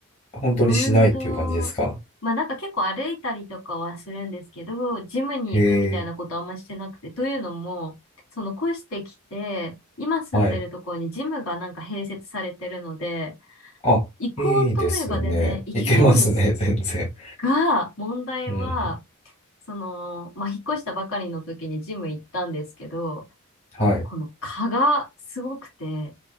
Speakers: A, on the left; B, on the left.
A: 本当にしないっていう感じですか
B: 運動。まあなんか結構歩いたりとかはするんですけど、ジムに行くみたいなことあんましてなくて、
A: へえ、
B: というのも、その越してきて、今住んでるところにジムがなんか併設されてるので、
A: はい。あ、
B: 行こうと思えば全然行けるんです
A: いいですね。いけますね、全然。
B: が、問題は、
A: うん。
B: その、まあ、引っ越したばかりの時にジム行ったんですけど、
A: はい。
B: この蚊がすごくて、